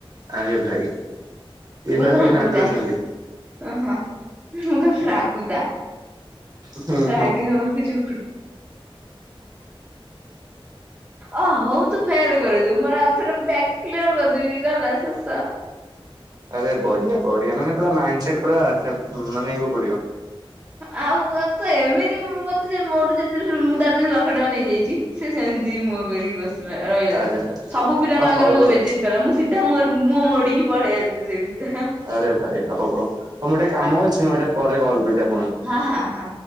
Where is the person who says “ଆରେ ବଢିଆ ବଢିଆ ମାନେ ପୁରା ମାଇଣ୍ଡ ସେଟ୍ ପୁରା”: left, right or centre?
Right